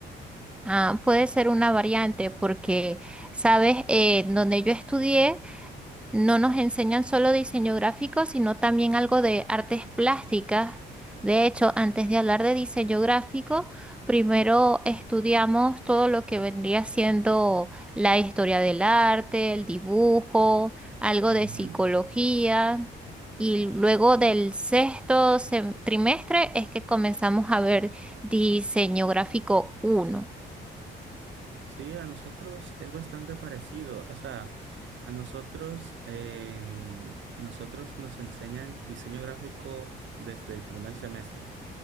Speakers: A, in the centre; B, on the right (about 70°).
A: Ah, puede ser una variante porque, sabes, Eh, donde yo estudié no nos enseñan solo diseño gráfico, sino también algo de artes plásticas. De hecho, antes de hablar de diseño gráfico, primero estudiamos todo lo que vendría siendo la historia del arte, el dibujo, algo
B: Ujú,
A: de psicología. Y luego
B: Sí,
A: del sexto sem- trimestre es que comenzamos a ver diseño gráfico uno.
B: sí, a nosotros es bastante parecido. O sea, a nosotros, en- nosotros nos enseñan diseño gráfico desde el primer semestre.